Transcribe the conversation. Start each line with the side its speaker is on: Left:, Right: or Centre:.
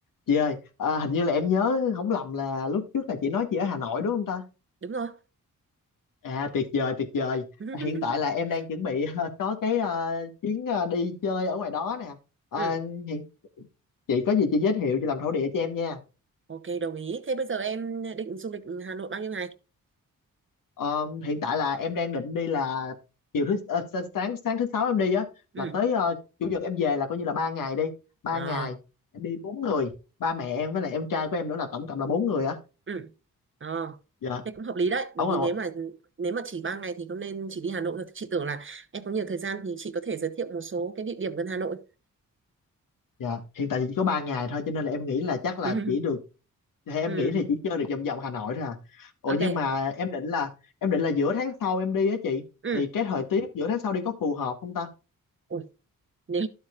Left: Chị ơi, à, hình như là em nhớ không lầm là lúc trước là chị nói chị ở Hà Nội đúng không ta?
Right: đúng rồi
Left: À tuyệt vời, tuyệt vời.
Right: <laughs>
Left: Hiện tại là em đang chuẩn bị <laughs> có cái ờ, chuyến ờ, đi chơi ở ngoài đó nè. À,
Right: ừ.
Left: hiện chị có gì chị giới thiệu chị làm thổ địa cho em nha.
Right: ok đồng ý thế bây giờ em định du lịch Hà Nội bao nhiêu ngày
Left: Ờ, hiện tại là em đang định đi là chiều thứ ờ, sa- sáng sáng thứ sáu em đi á
Right: ừ
Left: là tới ờ, chủ nhật em về là coi như là ba ngày đi. Ba
Right: à,
Left: ngày em đi bốn người, ba mẹ em với lại em trai của em nữa là tổng cộng là bốn người á.
Right: ừ à.
Left: Dạ.
Right: thế cũng hợp lý đấy bởi
Left: Ở
Right: vì
Left: ngoài
Right: nếu mà nếu mà chỉ 3 ngày thì không nên chỉ đi Hà Nội thôi chị tưởng là em có nhiều thời gian thì chị có thể giới thiệu một số cái địa điểm gần Hà Nội
Left: Dạ, hiện tại thì chỉ có 3 ngày thôi cho nên là em nghĩ là chắc là
Right: <laughs>
Left: chỉ được hay em
Right: ừ
Left: nghĩ thì chỉ chơi được vòng vòng Hà Nội thôi à. Ủa
Right: ok
Left: nhưng mà em định là em định là giữa tháng sau em đi á chị
Right: ừ
Left: thì cái thời tiết giữa tháng sau đi có phù hợp không ta?
Right: Ủa, nếu